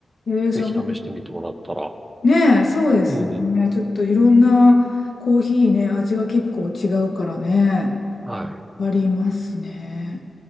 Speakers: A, on the left (about 55°); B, on the right (about 15°).
A: うん。えーさ、
B: ぜひ試してみてもらったら。
A: ねえ、そうですね。
B: うん。
A: ちょっといろんなコーヒーね、味が結構違うからね、
B: はい。
A: ありますね。